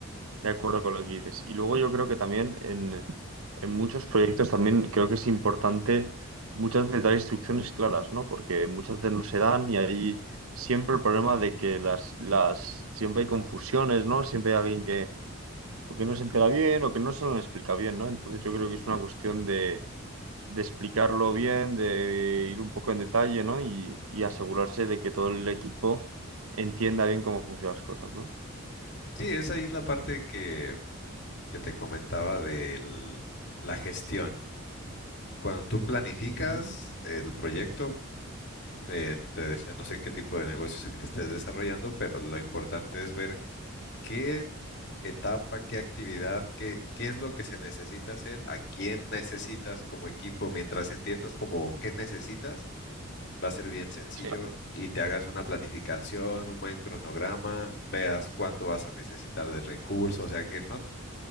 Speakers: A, on the right (about 85°); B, on the left (about 55°).
A: De acuerdo con lo que dices. Y luego yo creo que también en, en muchos proyectos también creo que es importante muchas veces dar instrucciones claras, ¿no? Porque muchas veces no se dan y hay siempre el problema de que las, las, siempre hay confusiones, ¿no? Siempre hay alguien que o que no se entera bien o que no se lo explica bien, ¿no? Entonces yo creo que es una cuestión de, de explicarlo bien, de ir un poco en detalle, ¿no? Y, y asegurarse de que todo el equipo entienda bien cómo funcionan las cosas, ¿no?
B: Sí, es ahí la parte que, que te comentaba de la gestión. Cuando tú planificas
A: Ujú.
B: el proyecto, eh, te decía, no sé qué tipo de negocio es el que estés desarrollando, pero lo importante es ver ¿Qué etapa, qué actividad, qué, qué es lo que se necesita hacer, a quién necesitas como equipo? Mientras entiendas como qué necesitas, va a ser bien sencillo
A: Sí.
B: y te hagas una planificación, un buen cronograma, veas cuánto vas a necesitar de recursos, o sea que no,